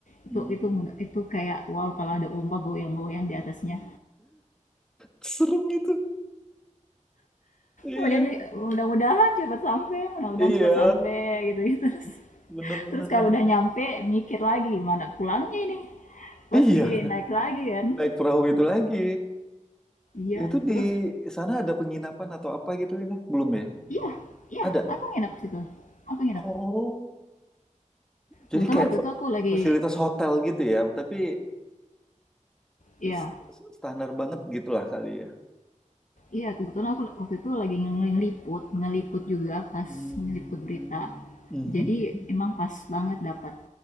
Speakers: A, on the left; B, in the centre.
A: Itu
B: hmm,
A: itu itu kayak wow kalau ada ombak goyang-goyang di atasnya
B: serem itu. Iya,
A: udah mudah-mudahan cepat sampai mudah-mudahan
B: iya,
A: cepat sampai gitu gitu terus
B: bener bener
A: terus kalau
B: bener.
A: udah nyampe mikir lagi mana pulangnya ini pasti
B: Iya, kan?
A: naik lagi kan
B: naik perahu itu lagi.
A: iya
B: Itu di
A: terus
B: sana ada penginapan atau apa gitu ini? Belum ya?
A: iya iya
B: Ada.
A: aku nginep situ aku nginep
B: Oh, jadi
A: kebetulan
B: kayak
A: waktu
B: fa-
A: itu aku lagi
B: fasilitas hotel gitu ya, tapi
A: iya
B: s- s- standar banget gitulah kali ya.
A: iya kebetulan aku waktu itu lagi ngeliput ngeliput juga pas
B: Hmm.
A: ngeliput berita
B: Mhm.
A: jadi emang pas banget dapat